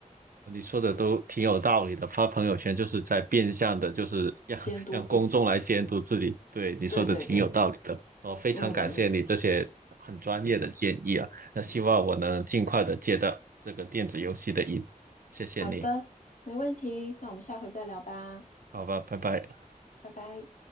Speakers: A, on the right; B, on the left.
A: 你说的都挺有道理的，发朋友圈就是在变相的，就是让让公众来监督自己。
B: 监督自己。
A: 对，你说的挺有道理的，
B: 对对对，
A: 哦，非常感谢你这些很专业的建议啊。
B: 嗯嗯，
A: 那希望我能尽快的戒掉这个电子游戏的瘾，谢谢你。
B: 好的，没问题，那我们下回再聊吧，
A: 好吧，拜拜。
B: 拜拜。